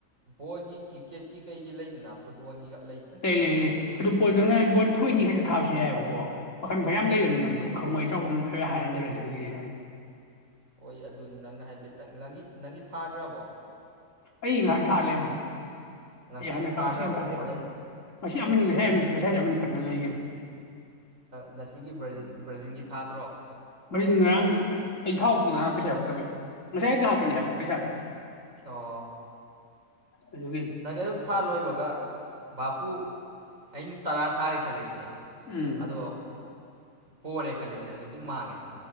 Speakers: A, on the right; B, on the left.
A: ꯕꯣꯜꯒꯤ ꯀ꯭ꯔꯤꯛꯀꯦꯠꯀꯤ ꯀꯩꯒꯤ ꯂꯩꯗ ꯐꯨꯠꯕꯣꯜꯉꯒ
B: ꯏ ꯂꯩ ꯏ ꯂꯩ ꯑꯗꯨꯣ ꯄꯣ ꯅꯪꯅ ꯕꯣꯟ ꯊꯣꯛꯣꯛꯏꯅꯤ ꯍꯦꯛꯇ ꯊꯥꯕꯁꯨ ꯌꯥꯏꯑꯕꯀꯣ ꯃꯈꯜ ꯃꯈꯔ ꯌꯥꯝ ꯂꯩꯕꯅꯤ ꯅꯪꯅ ꯊ ꯈꯪꯉꯣ ꯑꯩ ꯆꯥꯎꯐꯝ ꯍꯥꯏꯕ ꯍꯥꯏꯔꯟꯗ꯭ꯔꯗꯤ ꯑꯗꯨꯒꯤꯗꯤ ꯅꯪ
A: ꯍꯣꯏ ꯑꯗꯨꯅꯤ ꯅꯪꯅ ꯍꯥꯏꯐꯦ ꯅꯪ ꯅꯪꯒꯤ ꯊꯥꯈ꯭ꯔꯕꯣ
B: ꯑꯩ ꯏꯪ ꯈꯅ ꯊꯥꯂꯦꯕꯅꯦ
A: ꯉꯁꯤꯒꯤ
B: ꯑꯩ ꯍꯥꯟꯅꯀ
A: ꯊꯥꯈ꯭ꯔꯕꯣ
B: ꯉꯁꯤ ꯌꯥꯝ ꯊꯥꯖꯦ
A: ꯍꯣꯔꯦꯟ
B: ꯉꯁꯤ ꯑꯃꯅꯤ ꯉꯁꯥꯏꯁꯨ ꯉꯁꯥꯏ ꯑꯃꯅꯤ ꯐꯅ ꯂꯩꯒꯨꯝ
A: ꯉꯁꯤꯒꯤ ꯕ ꯕ꯭ꯔꯥꯖꯤꯜꯒꯤ ꯊꯥꯗ꯭ꯔꯣ
B: ꯕ꯭ꯔꯖꯤꯟ ꯉꯔꯥꯡꯅꯤ ꯑꯩ ꯊꯥꯍꯧꯗꯤ ꯉꯔꯥꯡ ꯄꯩꯁꯥ ꯌꯥꯎꯗꯕꯩ ꯉꯁꯥꯏ ꯇ ꯍꯥꯞꯄꯅꯦꯕ ꯄꯩꯁꯥꯗꯣ
A: ꯑꯣ
B: ꯑꯗꯨꯒꯤꯅꯤ
A: ꯅꯪꯗꯤ ꯑꯗꯨꯝ ꯊꯥ ꯂꯣꯏꯕꯒ ꯕꯥꯄꯨ ꯑꯩꯅ ꯇꯔꯥ ꯊꯥꯔꯦ ꯈꯜꯂꯦꯁꯤꯅꯦ
B: ꯎꯝ
A: ꯑꯗꯣ ꯄꯣꯔꯦ ꯈꯜꯂꯤꯁꯦ ꯑꯗꯨ ꯑꯗꯨꯝ ꯃꯥꯡꯉꯦ